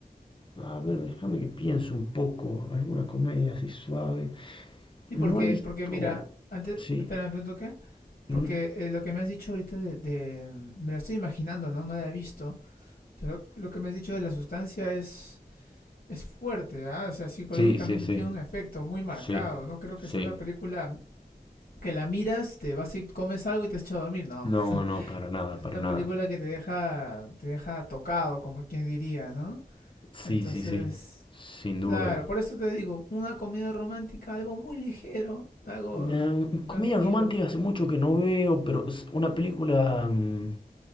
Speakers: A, on the left (about 30°); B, on the left (about 65°).
A: a ver, déjame que piense un poco. Alguna comedia así suave.
B: Y
A: No
B: porque,
A: he visto.
B: porque mira, antes,
A: Sí.
B: espérame, ¿me toqué? Porque
A: n-
B: eh, lo que me has dicho ahorita de, de- me lo estoy imaginando, ¿no? No la he visto, pero lo que me has dicho de la sustancia es, es fuerte, ¿ah? O sea, psicológicamente
A: Sí, sí, sí.
B: tiene un efecto muy marcado,
A: Sí,
B: no creo
A: sí.
B: que sea una película que la miras, te vas y comes algo y te echas a dormir, no.
A: No, no, para nada,
B: Es
A: para
B: una
A: nada.
B: película que te deja, te deja tocado, como quien diría, ¿no?
A: Sí,
B: Entonces,
A: sí, sí. Sin
B: claro,
A: duda.
B: por eso te digo, una comedia romántica, algo muy ligero, algo
A: Una
B: tranquilo.
A: comedia romántica hace mucho que no veo, pero es una película mm,